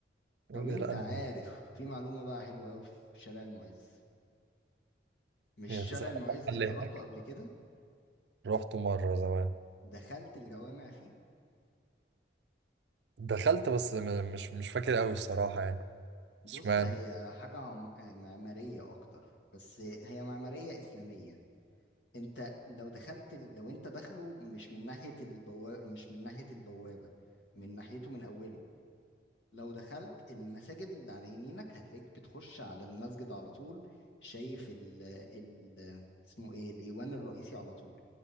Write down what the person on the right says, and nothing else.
يا
ابني
لا انا
يعني
تسقط
محل
هناك
رحته مرة زمان
دخلت بس م- مش مش فاكر قوي الصراحة يعني
اشمعنى